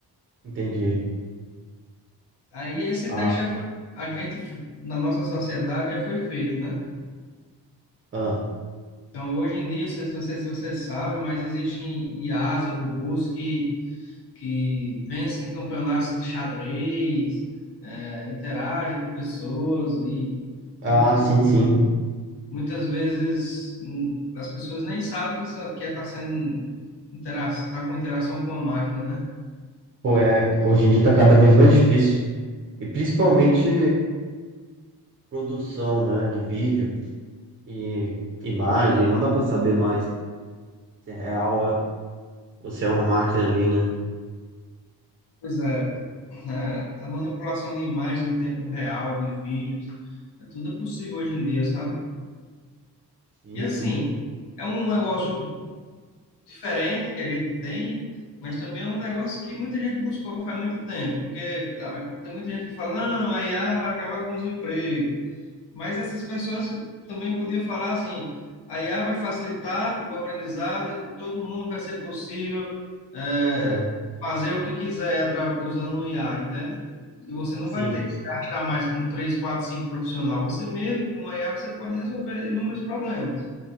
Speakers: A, on the right (about 30°); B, on the left (about 80°).
A: Entendi.
B: Aí esse
A: Ah,
B: teste já foi, a gente f- na nossa sociedade já foi feito, né?
A: ah.
B: Então hoje em dia, não se você, se você sabe, mas existem IAs, e robôs que que vencem campeonatos de xadrez, é, interagem com pessoas e
A: Ah,
B: muitas,
A: sim, sim.
B: muitas vezes hum, as pessoas nem sabem que está que é tá sendo intera tá com interação com a máquina, né?
A: Pô, é, hoje em dia tá cada vez mais difícil. E principalmente produção, né, de vídeo e imagem, não dá pra saber mais se é real ah, ou se é uma máquina ali, né?
B: Pois é, né? A manipulação de imagens em tempo real, de vídeos, é tudo é possível hoje em dia, sabe?
A: Sim,
B: E assim,
A: sim.
B: é um negócio diferente que a gente tem, mas também é um negócio que muita gente buscou faz muito tempo, porque tá- tem muita gente que fala, não, a IA vai acabar com os empregos. Mas essas pessoas também podiam falar assim, a IA vai facilitar o aprendizado e todo mundo vai ser possível é,
A: Pois é.
B: fazer o que quiser atra- usando um IA, entende? E você não
A: Sim,
B: vai ter que se gastar mais com três, quatro, cinco profissional. Você mesmo, com a IA, você pode resolver inúmeros problemas.